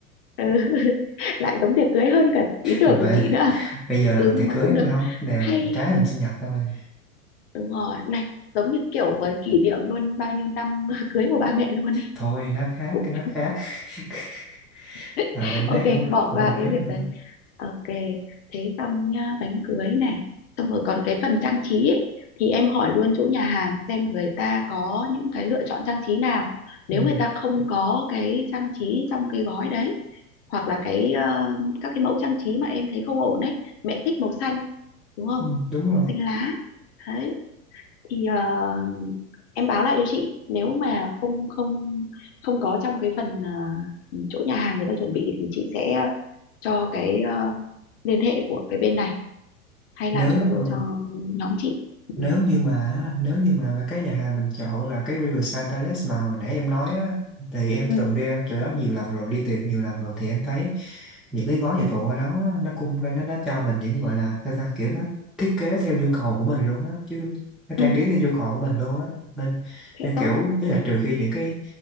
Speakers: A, on the left; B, in the centre.
A: ừ. <laughs> lại giống tiệc cưới hơn cả ý tưởng
B: Mà
A: của chị nữa
B: bây giờ là
A: ừ
B: mình tiệc
A: nhưng mà
B: cưới
A: cũng được
B: phải không? Nè
A: hay
B: mình trái hình sinh nhật thôi.
A: đúng rồi này giống như kiểu mà kỷ niệm luôn bao nhiêu năm <laughs> cưới của ba mẹ luôn ấy
B: Thôi nó khác,
A: cũng
B: cái đó khác. <laughs>
A: <laughs>
B: À, em
A: ok
B: thấy cũng
A: bỏ
B: cũng
A: qua
B: hợp
A: cái
B: lý mà.
A: việc đấy ok thế xong nhá bánh cưới này xong rồi còn cái phần trang trí ấy, thì em hỏi luôn chỗ nhà hàng xem người ta có những cái lựa chọn trang trí nào nếu
B: Ừ,
A: người ta không có cái trang trí trong cái gói đấy hoặc là cái ờ, các cái mẫu trang trí mà em thấy không ổn đấy mẹ thích màu xanh đúng không
B: ừ, đúng rồi.
A: màu xanh lá đấy thì ờ, em báo lại cho chị nếu mà không không không có trong cái phần ờ, chỗ nhà hàng người ta chuẩn bị thì chị sẽ cho cái ờ, liên hệ của cái bên này hay
B: Nếu
A: làm cho
B: ờ,
A: cho nhóm chị ừ
B: nếu như mà nếu như mà mà cái nhà hàng mình chọn là cái Riverside Palace mà hồi nãy em nói á thì em
A: ừ,
B: từng đi ăn chỗ đó nhiều lần rồi đi tiệc nhiều lần rồi thì em thấy những cái gói dịch vụ ở đó nó cũng nó nó nó cho mình những gọi là sao ta kiểu nó thiết kế theo nhu cầu của mình luôn á chứ nó
A: ừ.
B: trang trí theo nhu cầu của mình luôn á nên
A: thế
B: nên kiểu
A: tốt
B: cái là trừ khi những cái